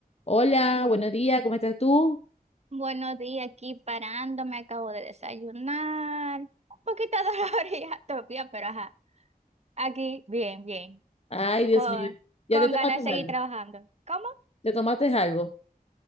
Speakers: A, on the left (about 40°); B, on the right (about 45°).
A: Hola, buenos días, ¿cómo estás tú?
B: Buenos días, aquí parando, me acabo de desayunar. Un poquito dolorida <laughs> todavía, pero ajá, aquí bien, bien,
A: Ay, Dios
B: con,
A: mío, ya
B: con
A: te tomaste
B: ganas de seguir
A: algo,
B: trabajando. ¿Cómo?
A: te tomaste algo.